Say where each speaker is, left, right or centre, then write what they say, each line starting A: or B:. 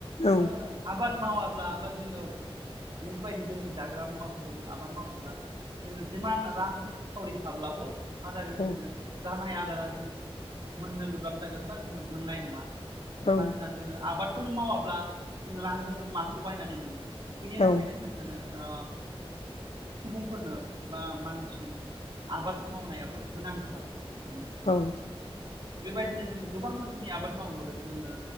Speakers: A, on the left; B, on the right.
A: औ
B: जोङो आबाद मावाब्ला बा जोङो बेबायदि जोंनि जाग्रा मुवाफोरखौ जों आबाद मावोब्ला जोङो जिमान रां खावरि थाब्लाबो मा जागोन जोङो
A: औ
B: जानाय आदारा जोङो मोननो गोब्राब जागोन बा जोङो मोननाय नङा
A: औ
B: मानोना जोङो आबादफोरनो मावाब्ला जों रांजों माखौ बायनानै मोनो बिनि थाखायनो
A: औ
B: जोङो ओ सुबुंफोरनो बा मानसिनो आबाद मावनायाव गोनांथार माने
A: औ
B: बेबायदिनो जोङो गोबां रोखोमनि आबाद मावो जोङो